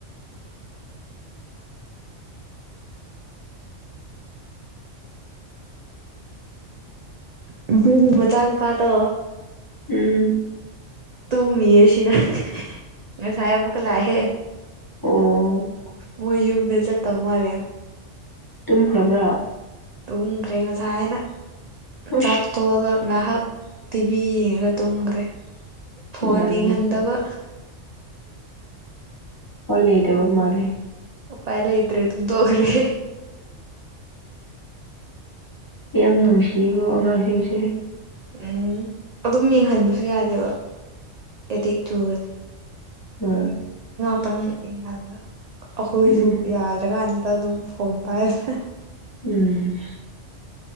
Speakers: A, on the right; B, on the left.
A: ꯃꯆꯦꯒꯤ ꯃꯆꯥ ꯅꯨꯨꯄꯥꯗꯣ
B: ꯎꯝ
A: ꯇꯨꯝꯃꯤꯌꯦ ꯁꯤꯗ ꯉꯁꯥꯏ ꯑꯃꯨꯛꯀ ꯂꯥꯛꯑꯦ
B: ꯑꯣ
A: ꯃꯣꯏꯌꯨꯝ ꯆꯠꯇꯧ ꯃꯥꯜꯂꯦ
B: ꯇꯨꯝꯈ꯭ꯔꯕ꯭ꯔꯣ
A: ꯇꯨꯝꯈ꯭ꯔꯦ ꯉꯁꯥꯏꯅ
B: ꯎꯁ
A: ꯆꯥꯛ ꯇꯣꯛꯑꯒ ꯉꯥꯏꯍꯥꯛ ꯇꯤꯚꯤ ꯌꯦꯡꯉꯒ ꯇꯨꯝꯈ꯭ꯔꯦ ꯐꯣꯟ
B: ꯉꯜꯂꯤꯍꯦ
A: ꯌꯦꯡꯍꯟꯗꯕ
B: ꯍꯣꯏ ꯂꯩꯇꯕ ꯃꯥꯜꯂꯦ
A: ꯎꯄꯥꯏ ꯂꯩꯇꯔꯦ ꯑꯗꯨꯝ ꯇꯣꯛꯈꯔꯦ
B: ꯌꯥꯝ ꯅꯨꯡꯁꯤꯌꯦꯀꯣ ꯑꯉꯥꯡꯁꯤꯡꯁꯦ
A: ꯎꯝ ꯑꯗꯨꯝ ꯌꯦꯡꯍꯟꯕꯁꯨ ꯌꯥꯗꯦꯕ ꯑꯦꯗꯤꯛ ꯆꯨꯒꯅꯤ
B: ꯎꯝ
A: ꯈꯤꯇꯪ ꯏꯡꯍꯜꯂꯒ ꯑꯩꯈꯣꯏꯁꯨ
B: ꯎꯝ
A: ꯌꯥꯗ꯭ꯔꯀꯥꯟꯁꯤꯗ ꯑꯗꯨꯝ ꯐꯣꯟ ꯄꯥꯏꯔꯅ
B: ꯎꯝ